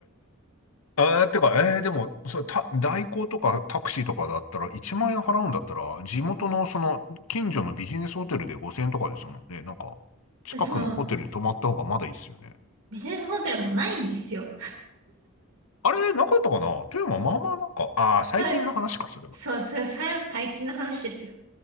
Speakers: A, on the left; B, on the right.
A: えー、てか、えー、でも、それ、た、代行とかタクシーとかだったら、1万円払うんだったら、地元の、その、近所のビジネスホテルで5000円とかですもんね。なんか、近くのホテルに泊まった方がまだいいっすよね。
B: <laughs> その、ビジネスホテルもないんですよ。
A: あれ、なかったかな富山、まあまあなんか、ああ、最近の話か、
B: た、
A: それは。
B: そう、それ、さ、最近の話ですよ。